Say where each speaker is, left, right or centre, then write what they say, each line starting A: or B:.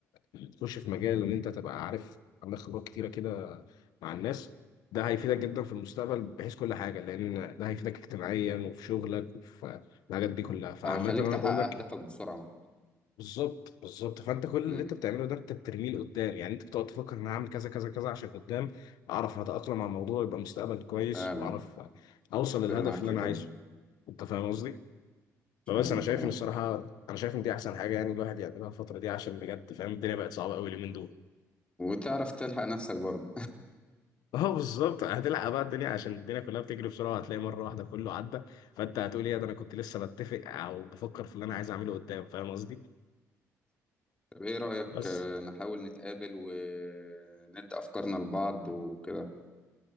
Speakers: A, on the left; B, on the left.
A: هتخش في مجال ان انت تبقى عارف عندك خبرات كتيرة كده مع الناس ده هيفيدك جدا في المستقبل بحيث كل حاجة لان ده هيفيدك اجتماعيا وفي شغلك وفي الحاجات دي كلها فعامة
B: وهيخليك
A: انا
B: تحقق
A: بقول
B: اهدافك
A: لك
B: بسرعه
A: بالظبط بالظبط فانت كل اللي
B: م.
A: انت بتعمله ده انت بترميه لقدام يعني انت بتقعد تفكر ان انا هعمل كذا كذا كذا عشان قدام اعرف اتأقلم مع الموضوع يبقى مستقبل كويس
B: فعلا
A: واعرف اوصل
B: اتفق
A: للهدف
B: معاك
A: اللي
B: في
A: انا
B: كده
A: عايزه انت فاهم قصدي؟
B: فاهمك
A: فبس انا شايف
B: اه
A: ان الصراحه انا شايف ان دي احسن حاجه يعني الواحد يعملها الفتره دي عشان بجد فاهم الدنيا بقت صعبه قوي اليومين دول
B: وتعرف تلحق نفسك برضه
A: <laughs> اه بالظبط هتلعب بقى الدنيا عشان الدنيا كلها بتجري بسرعه هتلاقي مره واحده كله عدى فانت هتقول ايه ده انا كنت لسه بتفق او بفكر في اللي انا عايز اعمله قدام فاهم قصدي
B: طب ايه رأيك
A: بس
B: آه، نحاول نتقابل وندي افكارنا لبعض وكده